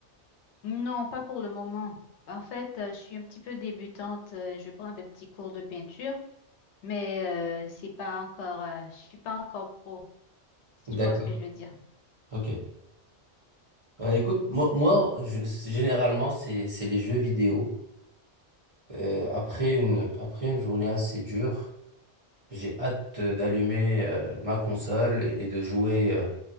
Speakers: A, on the left; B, on the right.
A: Non, pas pour le moment. En fait, euh, je suis un petit peu débutante. euh, Je prends des petits cours de peinture. mais euh, c'est pas encore, euh, je suis pas encore pro, si
B: D'accord,
A: tu vois ce que je veux dire.
B: ok. Bah, écoute, moi, moi je- généralement, c'est c'est les jeux vidéo. Euh, après une, après une journée assez dure, j'ai hâte euh, d'allumer euh, ma console et de jouer. euh,